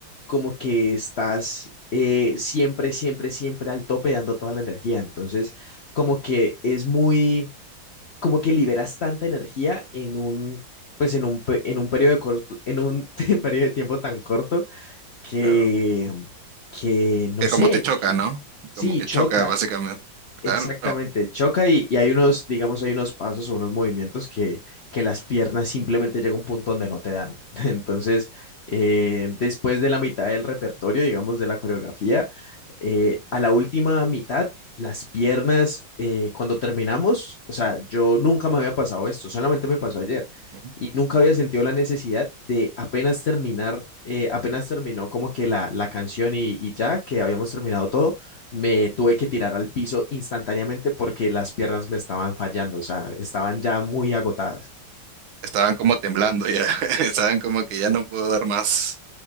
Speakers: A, on the left (about 70°); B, on the right (about 85°).
A: como que estás eh, siempre, siempre, siempre al tope dando toda la energía. Entonces, como que es muy, como que liberas tanta energía en un... pues en un, pe- en un periodo de corto, en un <laughs> periodo de tiempo tan corto, que,
B: Claro.
A: que no
B: Que
A: sé,
B: como te choca,
A: que
B: ¿no?
A: sí,
B: Como que
A: choca,
B: choca, básicamente. Claro.
A: Exactamente, choca y, y hay unos, digamos, hay unos pasos o unos movimientos que, que las piernas simplemente llega a un punto donde no te dan. <laughs> Entonces, eh, después de la mitad del repertorio, digamos, de la coreografía, eh, a la última mitad, las piernas, eh, cuando terminamos, o sea, yo nunca me había pasado esto, solamente me pasó ayer
B: Ujú.
A: y nunca había sentido la necesidad de apenas terminar, eh, apenas terminó como que la, la canción y, y ya que habíamos terminado todo me tuve que tirar al piso instantáneamente porque las piernas me estaban fallando, o sea, estaban ya muy agotadas.
B: Estaban como temblando ya, <laughs> estaban como que ya no puedo dar más.